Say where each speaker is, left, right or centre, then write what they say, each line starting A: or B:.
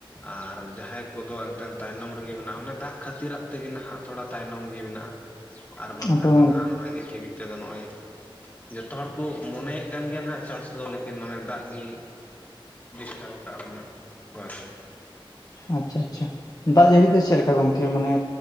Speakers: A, on the left; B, on the left.
A: ᱟᱨ ᱡᱟᱦᱟᱭ ᱠᱚᱫᱚ ᱮᱱᱛᱮᱫ ᱛᱟᱭᱱᱚᱢ ᱨᱮᱜᱮ ᱢᱮᱱᱟᱜ-ᱟ ᱚᱱᱮ ᱫᱟᱜ ᱠᱷᱟᱹᱛᱤᱨᱟᱜ ᱛᱮᱜᱮ ᱱᱟᱦᱟᱜ ᱛᱷᱚᱲᱟ ᱛᱟᱭᱱᱚᱢ ᱜᱮ ᱢᱮᱱᱟᱜ-ᱟ ᱟᱨ ᱵᱟᱝᱠᱷᱟᱱ
B: ᱟᱫᱚ
A: ᱫᱚ ᱱᱟᱦᱟᱜ ᱱᱚᱸᱜ-ᱚᱭ ᱱᱤᱛ ᱦᱟᱹᱵᱤᱡ ᱛᱮᱫᱚ ᱱᱚᱜ-ᱚᱭ ᱡᱚᱛᱚ ᱦᱚᱲ ᱠᱚ ᱢᱚᱱᱮᱭᱮᱜ ᱠᱟᱱ ᱜᱮᱭᱟ ᱱᱟᱜ ᱪᱟᱥ ᱫᱚ᱾ ᱞᱮᱠᱤᱱ ᱚᱱᱮ ᱫᱟᱜ ᱜᱮ ᱰᱤᱥᱴᱟᱵ ᱟᱠᱟᱜ ᱵᱚᱱᱟ ᱦᱳᱭ᱾
B: ᱟᱪᱪᱷᱟ, ᱟᱪᱪᱷᱟ ᱫᱟᱜ ᱡᱟᱹᱲᱤ ᱫᱚ ᱪᱮᱫ ᱞᱮᱠᱟ ᱜᱚᱝᱠᱮ ᱢᱟᱱᱮ